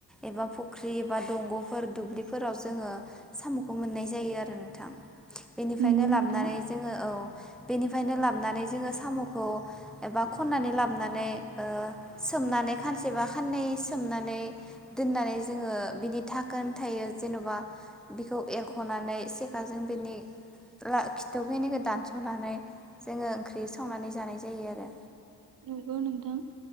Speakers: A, in the centre; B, on the right.
A: एबा फु ख्रि एबा दंग' फोर दुब्लिफोराव जोङो साम'खौ मोननाय जायो आरो नोंथां। बेनिफ्रायनो
B: नंगौ
A: लाबनै
B: नोंथां
A: जोङो औ बेनिफ्रायनो लाबानै जोङो साम' खौ एबा खननानै लाबनानै ओ सोमनानै खानसेबा खाननै सोमनानै दोननानै जोङो बिनि धाखोन थायो जेन'बा बेखौ एरख'नानै से खातों बिनि ला खिथ थौ खिनिखौ दानस'नानै जोङो ओंख्रि संनानै जायो आरो
B: नंगौ नोंथां।